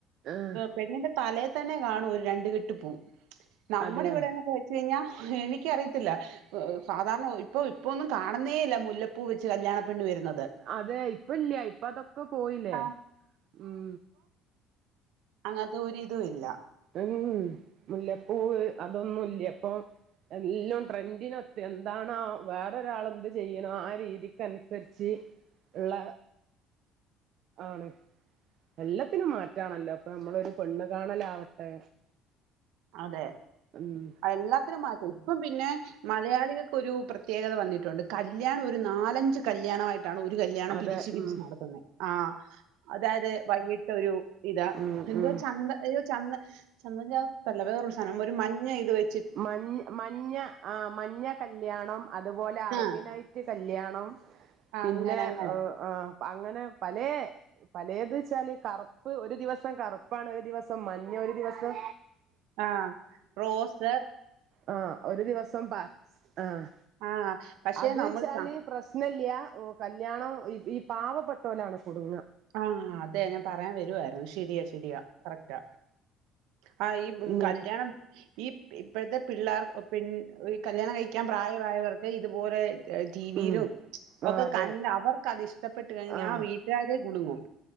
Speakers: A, on the right; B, on the right.
A: ആഹ്
B: പെണ്ണിന്റെ തലേ തന്നെ കാണൂ ഒരു രണ്ട് കെട്ട് പൂ നമ്മുടെ
A: അതെയോ
B: ഇവിടെന്നൊക്കെ ചെയ്‌ഞ്ഞ എനിക്കറിയത്തില്ല സാധാരണ ഇപ്പൊ ഇപ്പൊന്നും കാണുന്നേല്ല മുല്ലപ്പൂ വെച്ച് കല്യാണപ്പെണ്ണ് വരുന്നത്
A: അതെ ഇപ്പയില്ല്യ ഇപ്പ അതൊക്കെ പോയില്ലേ
B: ആഹ്
A: ഉം
B: അങ്ങത്തെ ഒരിതുയില്ല
A: ഉം മുല്ലപ്പൂവ് അതൊന്നുല്ല ഇപ്പൊ എല്ലം ട്രെൻഡിനൊത്ത് എന്താണോ വേറൊരാൾ എന്ത് ചെയ്യണോ ആ രീതിക്കനുസരിച്ച് ള്ള ആണ് എല്ലത്തിനും മാറ്റാണല്ലോ പ്പൊ നമ്മളൊരു പെണ്ണ് കാണലാവട്ടെ
B: അതെ
A: ഉം
B: എല്ലാത്തിനും മാറ്റി ഇപ്പ പിന്നെ മലയാളികൾക്കൊരു പ്രത്യേകത വന്നിട്ടുണ്ട് കല്യാണം ഒരു നാലഞ്ച് കല്യാണമായിട്ട് ഒരു കല്യാണം
A: അതെ
B: പിരിച്ച് പിരിച്ച്
A: ഉം
B: നടത്തുന്നെ ആഹ് അതായത് വൈകിട്ടൊരു ഇതാ
A: ഉം
B: എന്തോ
A: ഉം
B: ചന്ത അയ്യോ ച ചന്തൻ ചാർത്തല്ല വേറൊരു സാധനം ഒരു മഞ്ഞ ഇത് വെ
A: മഞ് മഞ്ഞ ആ മഞ്ഞ കല്യാണം അതുപോലെ അറബിനൈറ്റ്
B: ആഹ്
A: കല്യാണം പിന്നെ
B: അങ്ങനെ അങ്ങനെ
A: ആ അങ്ങനെ പലേ പലേത് വെച്ചാല് കറുപ്പ് ഒരു ദിവസം കറുപ്പാണ് ഒരു ദിവസം മഞ്ഞ ഒരു ദിവസം
B: ആഹ റോസ്
A: ആ ഒരു ദിവസം പ ആഹ്
B: ആഹ് പക്ഷെ
A: അത്
B: നമ്മൾ
A: വെച്ചാല്
B: ത
A: പ്രശ്നല്ല്യ ഓ കല്യാണം ഈ പാവപ്പെട്ടോലാണ് കുടുങ്ങ
B: ആഹ് അതെ ഞാൻ പറയാൻ വരുവായിരുന്നു ശരിയാ ശരിയാ കറക്റ്റാ ആ ഈ
A: ഉം
B: കല്യാണം ഈ ഇപ്പോഴത്തെ പിള്ളേർ പി കല്യാണം കഴിക്കാൻ പ്രായമായവർക്ക് ഇതുപോലെ ട്ടീവീലും
A: ഉം ആഹ്
B: ഒക്കെ
A: അതെ
B: കണ്ട് അവർക്കത് ഇഷ്ടപ്പെട്ട് കഴിഞ്ഞാ
A: ആഹ്
B: ആ വീട്ടാര് കുടുങ്ങും